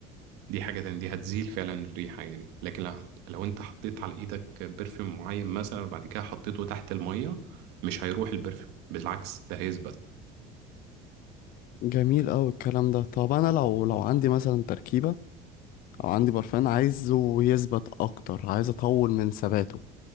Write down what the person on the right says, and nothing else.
دي حاجة تانية دي هتزيل فعلا الريحة يعني لكن لو, هت... لو انت حطيت على ايدك برفيوم معين مثلا وبعد كده حطيته تحت المية مش هيروح البرفيوم بالعكس ده هيثبت